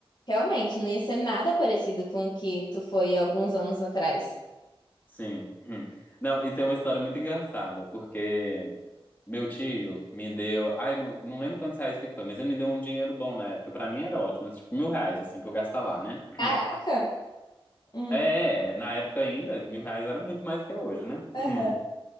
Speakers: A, on the left; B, on the left.
A: realmente não ia ser nada parecido com o que tu foi alguns anos atrás.
B: sim. Hum. Não, e tem uma história muito engraçada, porque meu tio me deu. Ai, não, não lembro quantos reais que foi, mas ele me deu um dinheiro bom na época. Pra mim era ótimo, tipo mil reais, assim, pra eu gastar lá, né?
A: Caraca!
B: Hum.
A: Hum.
B: É, na época ainda, mil reais era muito mais que é hoje, né?
A: Aham.
B: Hum.